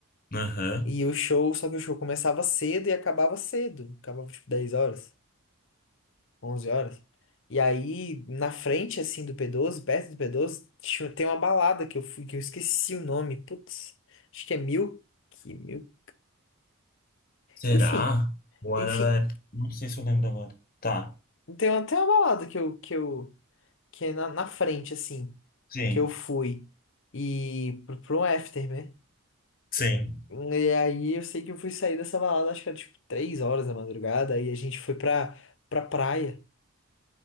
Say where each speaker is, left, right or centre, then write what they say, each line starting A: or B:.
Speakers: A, on the left (about 40°); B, on the left (about 55°).
A: aham.
B: E o show, só que o show começava cedo e acabava cedo. Acabava tipo 10 horas, 11 horas. E aí, na frente, assim, do p doze perto do p doze tinha- tem uma balada que eu fui, que eu esqueci o nome. Putz, acho que é Mil. Que Mil.
A: Será?
B: Enfim.
A: Ou
B: Enfim,
A: era da época? Não sei se eu lembro agora. Tá.
B: tem até uma balada que eu, que eu, que é na, na frente, assim,
A: Sim.
B: que eu fui. E pro, pro after, né?
A: Sim.
B: E aí eu sei que eu fui sair dessa balada, acho que era tipo três horas da madrugada, aí a gente foi pra, pra praia.